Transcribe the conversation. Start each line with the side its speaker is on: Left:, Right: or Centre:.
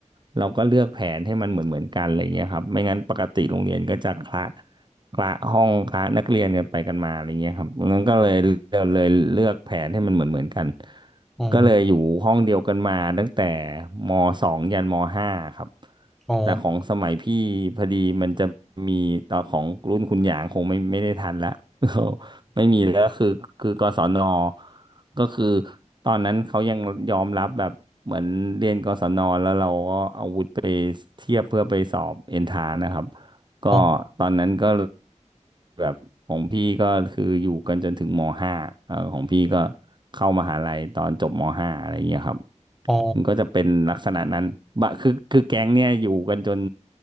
Right: เราก็เลือกแผนให้มันเหมือนเหมือนกันอะไรเงี้ยครับไม่งั้นปกติโรงเรียนก็จะคละคละห้องคละนักเรียนกันไปกันมาอะไรเงี้ยครับงั้นก็เลยเราเลยเลือกแผนให้มันเหมือนเหมือนกัน
Centre: อืม
Right: ก็เลยอยู่ห้องเดียวกันมาตั้งแต่มสองยันมห้าครับ
Centre: อ๋อ
Right: แต่ของสมัยพี่พอดีมันจะมีตอนของรุ่นคุณหยางคงไม่ไม่ได้ทันละ <laughs> ไม่มีแล้วคือคือกศนก็คือตอนนั้นเขายังยอมรับแบบเหมือนเรียนกศนแล้วเราก็เอาวุธไปเทียบเพื่อไปสอบเอนทานะครับ ก็ตอนนั้นก็
Centre: อ๋อ
Right: แบบของพี่ก็คืออยู่กันจนถึงมห้าเออของพี่ก็เข้ามหาลัยตอนจบมห้าอะไรเงี้ยครับ
Centre: อ๋อ
Right: มันก็จะเป็นลักษณะนั้นบะคือคือแก๊งเนี่ยอยู่กันจน